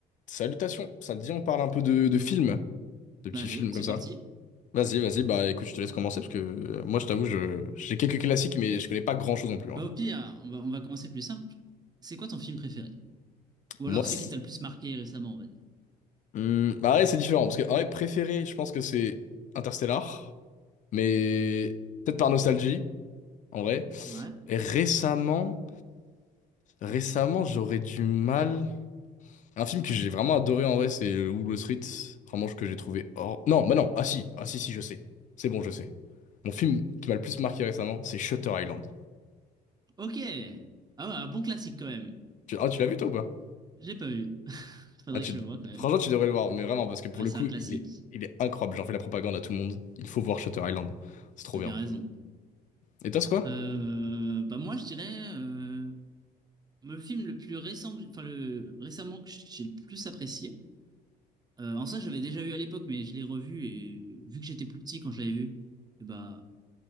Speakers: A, on the left; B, on the right.
A: Salutations, ça te dit on parle un peu de, de films, de
B: Bah
A: petits
B: allez,
A: films
B: c'est
A: comme ça.
B: parti.
A: Vas-y, vas-y, bah écoute, je te laisse commencer parce que euh, moi je t'avoue, je, j'ai quelques classiques mais je connais pas grand-chose non plus. hein.
B: Bah au pire, on va, on va commencer plus simple. C'est quoi ton film préféré? Ou
A: Moi,
B: alors celui
A: c'est-
B: qui t'a le plus marqué récemment, on va dire.
A: Hmm, bah ouais, c'est différent parce que en vrai, préféré, je pense que c'est Interstellar, mais peut-être par nostalgie en vrai.
B: Ouais.
A: Et récemment, récemment, j'aurais du mal. Un film que j'ai vraiment adoré en vrai, c'est Wall Street, vraiment que j'ai trouvé hors. Non, bah non, ah si, ah si, si, je sais. C'est bon, je sais. Mon film qui m'a le plus marqué récemment, c'est Shutter Island.
B: Ok. Ah ouais, un bon classique quand même.
A: Tu... Ah, tu l'as vu toi ou pas?
B: J'ai pas vu. <laughs> Faudrait
A: Ah, tu...
B: que je le voie quand même.
A: Franchement, tu devrais le voir, mais vraiment, parce que pour
B: Ouais,
A: le
B: c'est
A: coup,
B: un classique.
A: il est, il est incroyable. J'en fais la propagande à tout le monde. Il faut voir Shutter Island. C'est trop
B: T'as
A: bien.
B: bien raison.
A: Et toi, c'est quoi?
B: Euh, bah moi je dirais euh, le film le plus récent, que j'ai- enfin le récemment que j'ai le plus apprécié. Euh, en soi, je l'avais déjà vu à l'époque, mais je l'ai revu et vu que j'étais plus petit quand je l'avais vu, et bah